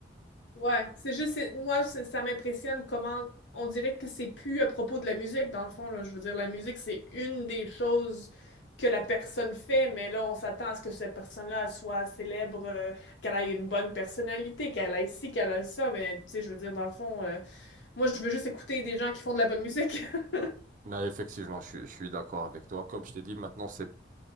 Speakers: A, on the left; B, on the right.
A: Ouais, c'est juste, c'est- moi, c'est- ça m'impressionne comment on dirait que c'est plus à propos de la musique, dans le fond, là. Je veux dire, la musique, c'est une des choses que la personne fait, mais là, on s'attend à ce que cette personne-là soit célèbre, euh, qu'elle ait une bonne personnalité, qu'elle ait ci, qu'elle ait ça. Mais tu sais, je veux dire, dans le fond, euh, moi, je veux juste écouter des gens qui font de la bonne musique. <laughs>
B: Mais effectivement, je, suis- je suis d'accord avec toi. Comme je t'ai dit, maintenant c'est